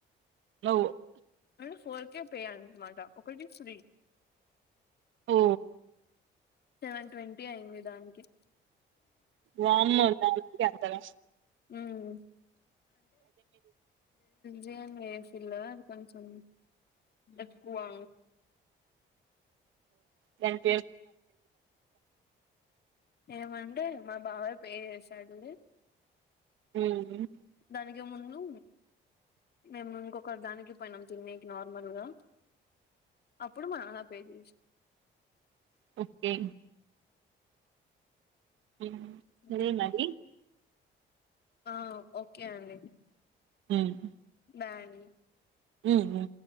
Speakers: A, on the right; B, on the left.
A: ఓ
B: అంటే ఫోర్కే పే అన్నమాట ఒకటి ఫ్రీ
A: ఓ
B: సెవన్ ట్వంటీ ఐంది దాన్కి
A: వామ్మో దానీకే అంతన
B: ఉమ్ గ వెఫిల్లు అది కొంచం ఎక్కువా
A: ని ప
B: ఏమంటె మా బావె పే చేసాడు
A: ఉమ్
B: దానికి ముందు మేము ఇంకొక దానికి పోయ్నం తిన్నికి నార్మల్గా అప్పుడు మా న పే జేసి
A: ఒకే ఉమ్
B: సరేనండి
A: సరే మరీ
B: ఆ ఒక్కె అండి
A: ఉహ్
B: బ్యన్
A: ఉహు